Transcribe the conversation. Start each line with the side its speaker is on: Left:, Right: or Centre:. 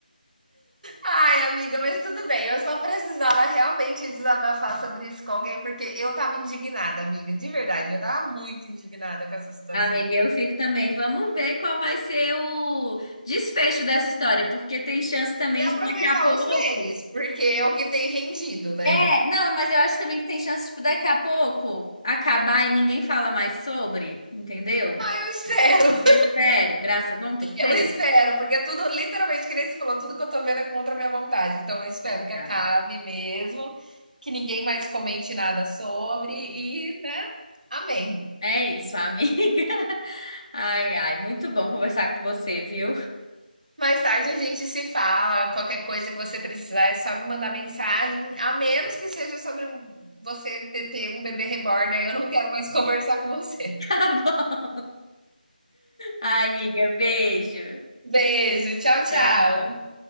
Right: Ai, amiga, mas tudo bem. Eu só precisava realmente desabafar sobre isso com alguém, porque eu tava indignada, amiga. De verdade, eu tava muito indignada com essa situação.
Left: Amiga, eu fico também. Vamos ver qual vai ser o desfecho dessa história, porque tem chance também
Right: E aproveitar
Left: de daqui a pouco.
Right: os memes, porque é o que tem rendido, né?
Left: É, não, mas eu acho também que tem chance, tipo, daqui a pouco acabar e ninguém fala mais sobre, entendeu?
Right: Eu espero.
Left: Eu espero, graças, vamos torcer?
Right: Eu espero, porque tudo, literalmente, que nem você falou, tudo que eu tô vendo é contra a minha vontade. Então, eu espero
Left: Exato.
Right: que acabe mesmo, que ninguém mais comente nada sobre e, né? Amém.
Left: É isso, amiga. <laughs> Ai, ai, muito bom conversar com você, viu? <laughs>
Right: Mais tarde a gente se fala. Qualquer coisa que você precisar, é só me mandar mensagem, a menos que seja sobre um, você ter, ter um bebê reborn. Aí eu não quero mais <laughs> conversar com você.
Left: Tá bom. Ai, amiga, beijo.
Right: Beijo, tchau, tchau.
Left: Tchau.